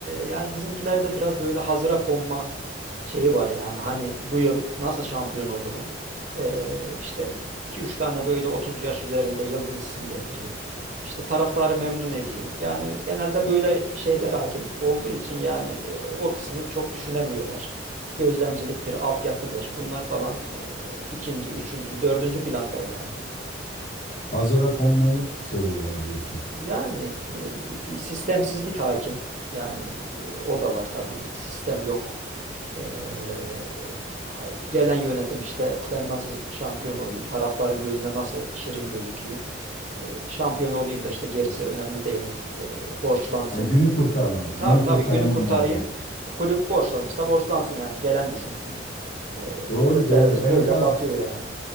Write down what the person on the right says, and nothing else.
yani bizimkilerde biraz böyle hazıra konma şeyi var yani hani bu yıl nasıl şampiyon olurum? E, işte iki üç tane böyle 30 yaş üzerinde yıldız isim getireyim. İşte taraftarı memnun edeyim. Yani genelde böyle şeyler hakim olduğu için yani e, o kısmı çok düşünemiyorlar. Gözlemciliktir, altyapıdır bunlar falan e, ikinci, üçüncü, dördüncü planda yani.
Yani e, bir bir sistemsizlik hakim. Yani e, o da var tabii. Sistem yok. Eee, ha- gelen yönetim işte ben nasıl şampiyon olayım, taraftarın gözüne nasıl şirin gözükeyim, e, şampiyon olayım da işte gerisi önemli değil, e, borçlansın.
Tabii tabii
günü kurtarayım.
Kulüp borçlanırsa borçlansın yani gelen düşünsün. E,
kulüplerimiz
böyle batıyor yani.